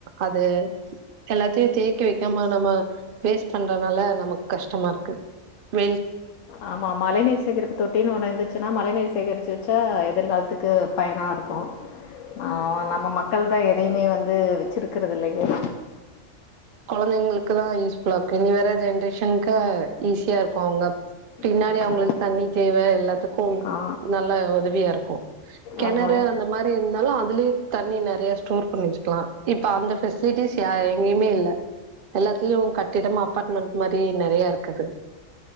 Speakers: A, on the right; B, on the left.
A: அது எல்லாத்தையும் தேக்கி வைக்காம நம்ம வேஸ்ட் பண்றனால நமக்கு கஷ்டமா இருக்கு வெயில்
B: ஆமா மழ நீீர் சேகரிப்பு தொட்டினு ஓன்னு இந்துச்சுன்னா மழநீர் சேகரிச்ச வச்சா எதிர்காலத்துக்கு பயனா இருக்கு ஆ நம்ப மக்கள் தா எதையுமே வந்து வச்சிருக்குறது இல்லயே
A: கொழந்தைங்ளுக்கு தா யூஸ்ஃபுலாக்கு இனி வற ஜென்ரேஷனுக்கு ஈஸியா இருக்கு அவுங்க பின்னாடி
B: ஆமா
A: அவங்களு தண்ணி தேவ எல்லாத்துக் க்கும்
B: ஆ
A: நல்ல உதவியா இருக்கும் கெணறு
B: ஆமா
A: அந்த மாரி இருந்தாலும் அதுலயே தண்ணி ந யேஸ்டோர் பண்ணிவச்சுக்கலா இப்ப அந்த பெசிலிட்டிஸ் எங்யுமே இல்ல எல்லாத்யும் கட்டிடமா அப்பார்ட்மெண்ட் மாரி நெறைய இருக்குது